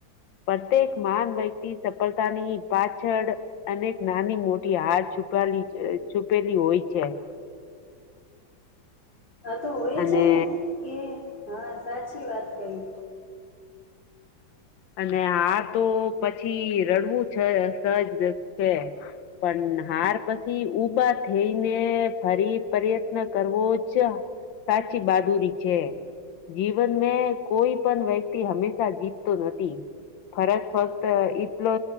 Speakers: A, on the left (about 75°); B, on the left (about 25°).
A: પ્રત્યેક મહાન વ્યક્તિ સફળતાની પાછળ અને નાની મોટી હાર છુપેલી છુપેલી હોય છે.
B: આ તો હોય
A: અને
B: છે ને કે હા સાચી વાત કરી
A: અને હા તો પછી રડવું છે સહજ છે પણ હાર પછી ભા થઈને ફરી પ્રયત્ન કરવો જ સાચી બહાદુરી છે જીવન મે કોઈ પણ વ્યક્તિ હંમેશા જીત નથી. ફરજ ફક્ત એટલો